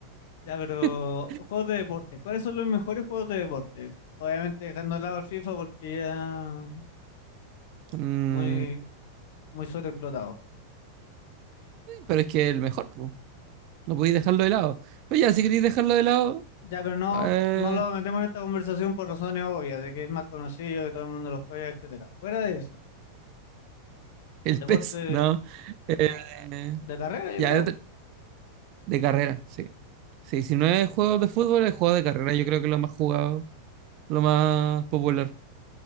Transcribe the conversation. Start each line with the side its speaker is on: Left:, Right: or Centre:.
Left: Ya, pero
Right: <laughs>
Left: juegos de deporte. ¿Cuáles son los mejores juegos de deporte? Obviamente dejando de lado el FIFA porque ya
Right: Mm,
Left: muy, muy sobreexplotado.
Right: sí, pero es que el mejor, po. No podéis dejarlo de lado. Pues ya, si queréis dejarlo de lado,
Left: Ya, pero no,
Right: eh,
Left: no lo metemos en esta conversación por razones obvias, de que es el más conocido, que todo el mundo lo juega, etcétera. Fuera de ese,
Right: el
Left: deporte
Right: pez, <laughs> no. Eh,
Left: de carrera, yo
Right: ya,
Left: creo.
Right: de, de carrera, sí. Sí, si no es juegos de fútbol, es juego de carrera. Yo creo que es lo más jugado, lo más popular.